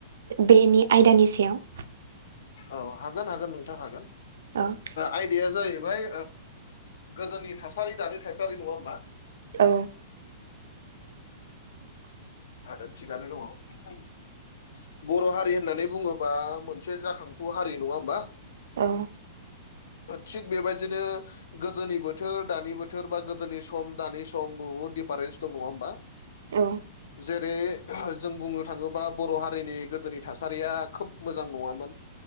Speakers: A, on the right; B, on the left.
A: बेनि आयदानि सायाव
B: औ हागोन हागोन नोंथाङ हागोन
A: <unintelligible>
B: आयदाया जाहैबाय गोदोनि थासारि दानि थासारि नङा होमबा
A: औ
B: <unintelligible> बर' हारि होननानै बुङोबा मोनसे जाखांफु हारि नङा होमबा
A: औ
B: थिग बेबायदिनो गोदोनि बोथोर दानि बोथोर बा गोदोनि सम दानि सम बुहुद दिडिफारेन्स दं नङा होमबा
A: औ
B: जेरै जों बुंनो थाङोबा बर' हारिनि गोदोनि थासारिया खोब मोजां नङामोन